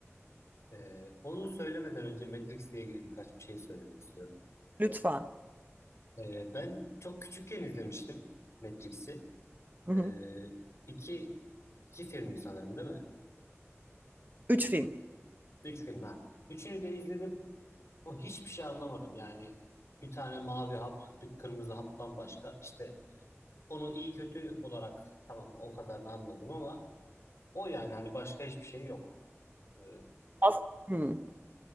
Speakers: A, on the left; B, on the right.
A: E, onu söylemeden önce Matrix'le ilgili birkaç bir şey söylemek istiyorum.
B: Lütfen.
A: E, ben çok küçükken izlemiştim Matrix'i.
B: Hı hı.
A: E, iki, iki filmdi sanırım değil mi?
B: Üç film.
A: Üç film ha. Üçünü de izledim. O hiçbir şey anlamadım. Yani bir tane mavi hap, bir kırmızı haptan başka. İşte Onu iyi kötü olarak tamam o kadarını anladım ama o yani hani başka hiçbir şey yok. Ee,
B: As Hı.